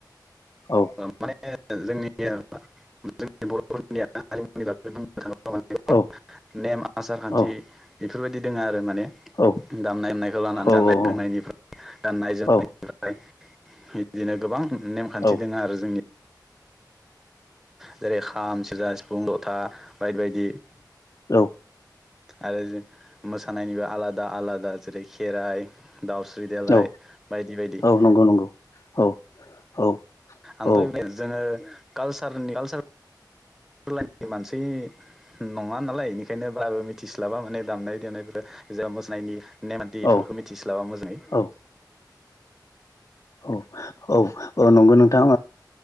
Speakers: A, on the left; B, in the centre.
A: औ
B: माने जोंनिया जोंनि बर'फोरनि हारिमुनि बागै
A: औ
B: <unintelligible> <unintelligible> नेम आसार खान्थि
A: औ
B: बेफोरबायदि दंङ आरो माने
A: औ
B: दामनाय देमनायखौ लानानै
A: औ
B: जनाय जोंनायनिफ्राय गाननाय जोमनायनिफ्राय
A: औ
B: बिदिनो गोबां नेमखान्थि
A: औ
B: दंङ आरो जोंनि जेरै खाम सेरजा सिफुं जथा बाय बायदि
A: औ
B: आरो मोसानायनिबो आलादा आलादा जेरै खेराइ दाउस्रि देलाय
A: औ
B: बायदि बायदि
A: औ नंगौ नंगौ औ औ
B: ओमफ्राय
A: औ
B: जोङो कालसारनि कालसार <unintelligible> लायेननि मानसि नङा नालाय इनिखायनो बारा मिथि स्लाबा माने दामनाय देनायफोरा जेराव मोसानायनि नेमखान्थि इफोरखौ
A: औ
B: मिथिस्लाबा मोजाङै
A: औ औ औ औ नंगौ नोंथां